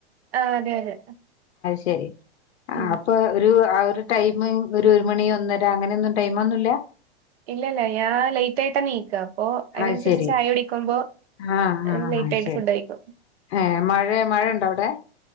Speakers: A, on the right; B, on the left.
A: ആ അതെ അതെ
B: ശെരി ആ
A: ഉം
B: അപ്പൊ ഒരു ടൈമ് ഒരു ഒരു മണി ഒന്നര അങ്ങനെ ഒന്നും ടൈം ഒന്നുമല്ല
A: ഇല്ലല്ല ഞാൻ ലേറ്റ് ആയിട്ട എണീക്കുക അപ്പൊ അതിനനുസരിച്ച്
B: അത് ശരി
A: ചായ കുടിക്കുമ്പോ
B: ആ
A: അ
B: ആ
A: ലേറ്റ്
B: ആ
A: ആയിട്ട്
B: ശരി
A: ഫുഡ് കഴിക്കും
B: ഏ മഴ മഴ ഇണ്ടോ അവിടെ